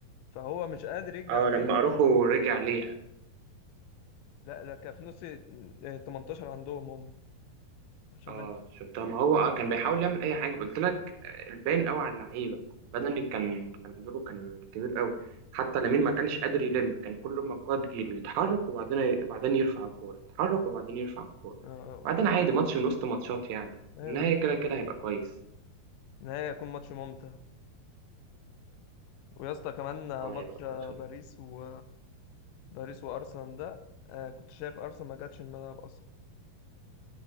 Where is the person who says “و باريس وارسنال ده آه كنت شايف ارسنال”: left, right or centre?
Left